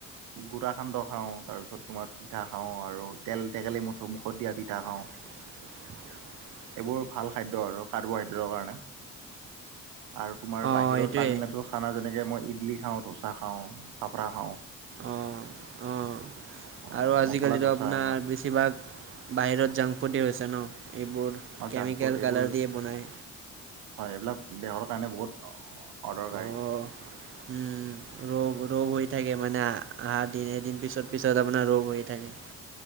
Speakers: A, on the right; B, on the right.
A: গুড়া সান্দহ খাওঁ, তাৰপিছত তোমাৰ পিঠা খাওঁ আৰু তেল টেকেলি মুঠ মুখত দিয়া পিঠা খাওঁ।
B: এ <inaudible>
A: এইবোৰ ভাল খাদ্য আৰু কাৰ্বহাইড্ৰেটৰ কাৰণে। আৰু তোমাৰ
B: অঁ
A: বাহিৰৰ
B: এইটোৱে
A: তামিলনাডুৰ খানা যেনেকে মই ইডলি খাওঁ, ধোচা খাওঁ। ফাফৰা খাওঁ
B: আহ-আহ।
A: অ
B: আৰু আজিকালিতো
A: মছলা ধোচা
B: আপোনাৰ
A: এইবিলাক
B: বেছিভাগ বাহিৰত জাংক ফুডেই হৈছে ন। এইবোৰ
A: অ জাংক
B: কেমিকেল
A: ফুড এইবোৰ
B: কালাৰ দিয়ে বনায়।
A: হয় এইবিলাক দেহৰ কাৰণে বহুত অদৰকাৰী।
B: অঁ উম, ৰোগ ৰোগ হৈ থাকে মানে আ আহাৰ দিন এদিন পিছত পিছত আপোনাৰ ৰোগ হৈ থাকে।